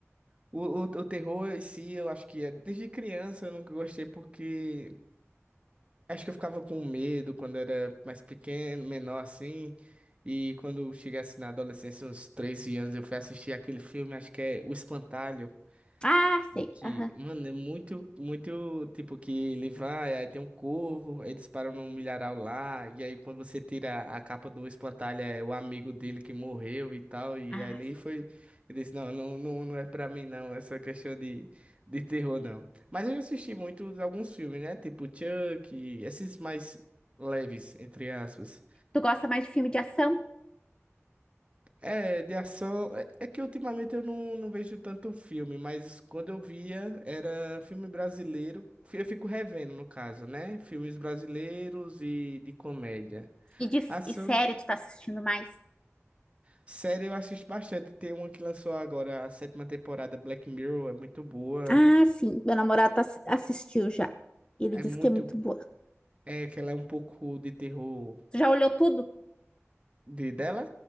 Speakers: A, on the right; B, on the left.
A: o, o, o terror em si, eu acho que é, desde criança eu nunca gostei porque acho que eu ficava com medo quando era mais pequeno, menor assim. E quando eu chegasse na adolescência, uns 13 anos, eu fui assistir aquele filme, acho que é O Espantalho.
B: Ah, sei.
A: E Que,
B: aham.
A: mano, é muito, muito, tipo, que ele vai, aí tem um corvo, aí eles param num milharal lá, e aí quando você tira a capa do espantalho, é o amigo dele que morreu e tal, e
B: Ah,
A: aí ele
B: sei.
A: foi, ele disse, não, não, não, não é pra mim não, essa questão de, de terror não. Mas eu já assisti muitos, alguns filmes, né, tipo Chuck, esses mais leves, entre aspas.
B: Tu gosta mais de filme de ação?
A: É, de ação. É é que ultimamente eu não, não vejo tanto filme, mas quando eu via era filme brasileiro. Eu fico revendo, no caso, né? Filmes brasileiros e de comédia.
B: E, de,
A: Ação.
B: e série tu tá assistindo mais?
A: Série eu assisto bastante. Tem uma que lançou agora a sétima temporada, Black Mirror, é muito boa.
B: Ah, sim. Meu namorado tá, assi- assistiu já. Ele
A: É
B: disse
A: muito.
B: que é muito boa.
A: É que ela é um pouco de terror
B: Tu já olhou tudo?
A: de dela.